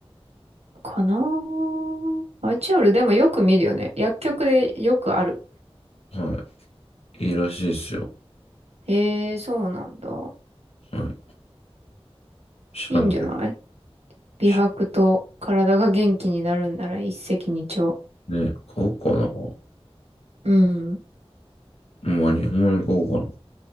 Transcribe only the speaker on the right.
かなぁ。アイチオールでもよく見るよね。薬局でよくある。
へえ、そうなんだ。
いいんじゃない美白と体が元気になるんなら一石二鳥。
うん。